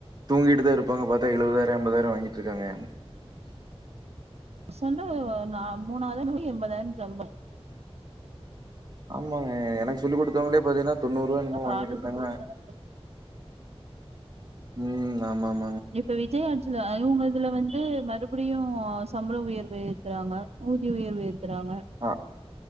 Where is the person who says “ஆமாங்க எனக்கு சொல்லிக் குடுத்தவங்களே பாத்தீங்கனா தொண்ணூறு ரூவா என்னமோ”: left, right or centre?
Right